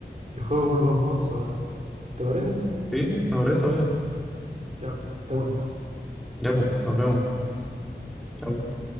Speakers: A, on the right; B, in the centre.
A: y juego con los mods ahora, po. ¿Te parece?
B: Sí, pues, me parece, obvio.
A: Ya, pues, te cuento.
B: Ya, pues, nos vemos. Chao.